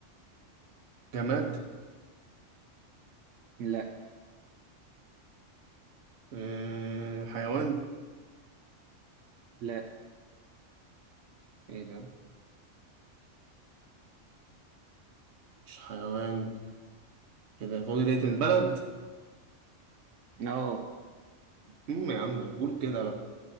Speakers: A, on the right; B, on the right.
A: جماد
B: لا
A: أه حيوان
B: لا
A: إيه ده مش حيوان كده فاضي ليه تاني بلد
B: أه
A: امم يا عم قول كده بقى